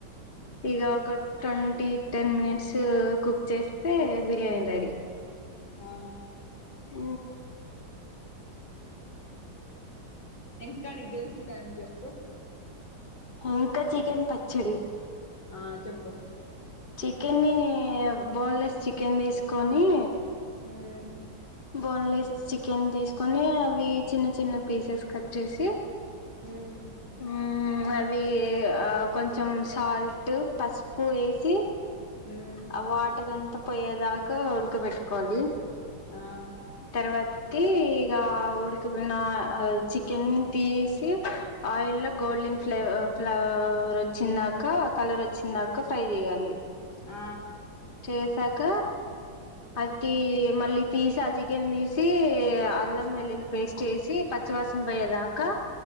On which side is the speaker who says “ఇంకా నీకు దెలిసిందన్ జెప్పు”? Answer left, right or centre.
Left